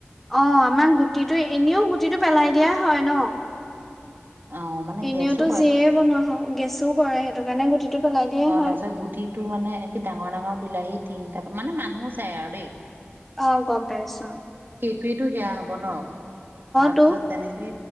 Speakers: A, in the centre; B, on the right.
A: অ আমাক গুটিটো এনেও গুটিটো পেলাই দিয়া হয় ন
B: অ মানে
A: এনেওতো
B: গেছ অ
A: যিয়ে বনোৱা হয় গেছো কৰে সেইটো কাৰণে গুটিটো পেলাই দিয়ে
B: অ
A: হয়
B: তাৰপিছত গুটিটো মানে ডাঙৰ ডাঙৰ বিলাহী তিনটা মানে মানুহো চাই আৰু দেই
A: অ গম পাই আছো অ
B: সটো সেয়া হ'ব ন তাৰপিছত
A: তো
B: তেনেকে